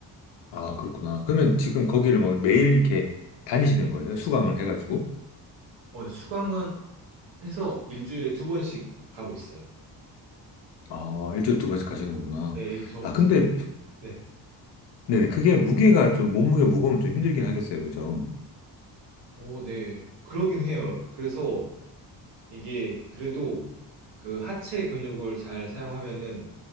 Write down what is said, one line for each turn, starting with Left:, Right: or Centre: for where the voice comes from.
Left: 아, 그렇구나. 그러면 지금 거기를 뭐 매일 이렇게 다니시는 거예요? 수강을 해가지고?
Right: 어, 수강은 해서 일주일에 두 번씩 가고 있어요.
Left: 아, 일주일에 두 번씩 가시는 거구나.
Right: 네, 이 저,
Left: 아, 근데,
Right: 제가, 네.
Left: 네, 그게 무게가 좀, 몸무게 무거우면 좀 힘들긴 하겠어요. 그죠?
Right: 오, 네. 그러긴 해요. 그래서 이게 그래도 그 하체 근육을 잘 사용하면은